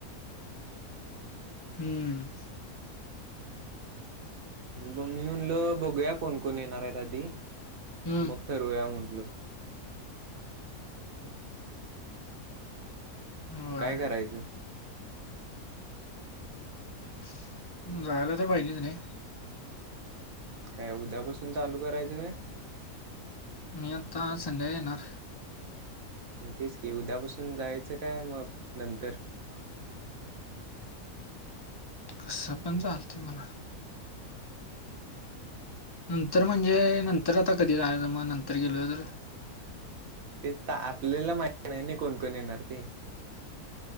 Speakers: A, on the left; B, on the right.
A: हम्म.
B: ब मी म्हणल बघूया कोण, कोण येणार आहेत आधी
A: हम्म
B: मग ठरवया म्हटलो.
A: होय
B: काय करायचं
A: <unintelligible>
B: काय उद्यापासून चालू करायचं काय
A: मी आता संडे्या येणार
B: ग तेच की उद्यापासून जायचं काय मग नंतर
A: कसं पण चालते मला नंतर म्हणजे नंतर आता कधी झायला मग नंतर गेलो तर
B: ते तर आपल्याला माह नाही नाही कोणकण येणार ते